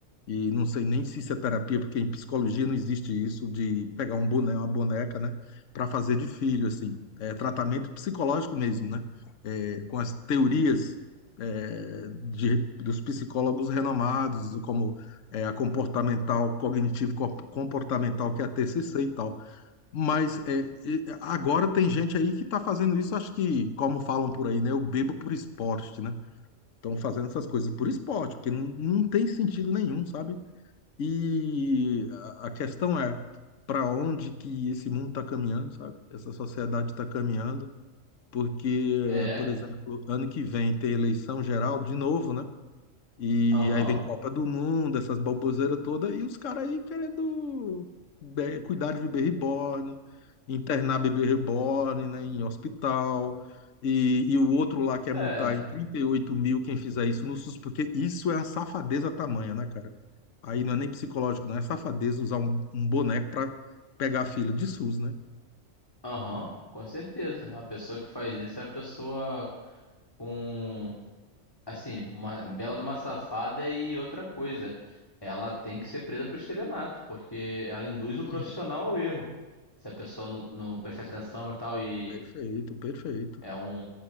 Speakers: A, on the left; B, on the left.
A: E não sei nem se isso é terapia, porque em psicologia não existe isso de pegar um boneco, uma boneca, né? Para fazer de filho, assim. É tratamento psicológico mesmo, né? É, com as teorias, é, de, dos psicólogos renomados, como é, a comportamental, cognitivo co- comportamental, que é a TCC e tal. Mas é, e agora tem gente aí que está fazendo isso, acho que, como falam por aí, né? Eu bebo por esporte, né? Estão fazendo essas coisas por esporte, porque não, não tem sentido nenhum, sabe? E a, a questão é para onde que esse mundo está caminhando, sabe? Essa sociedade está caminhando, porque,
B: É.
A: eh, por exemplo, ano que vem tem eleição geral de novo, né? E
B: Aham.
A: aí vem Copa do Mundo, essas baboseiras todas, e os caras aí querendo be- cuidar de bebê reborn, internar bebê reborn, né, em hospital. E, e o outro lá quer
B: É.
A: multar em 38 mil quem fizer isso no SUS, porque isso é uma safadeza tamanha, né, cara? Aí não é nem psicológico, não é safadeza usar um, um boneco pra pegar a fila de SUS, né?
B: Aham. Com certeza. A pessoa que faz isso é uma pessoa com, assim, uma bela de uma safada e outra coisa. Ela tem que ser presa por estelionato, porque ela induz o profissional
A: Uhum.
B: ao erro. Se a pessoa não, não prestar atenção e tal e
A: Perfeito, perfeito.
B: É um.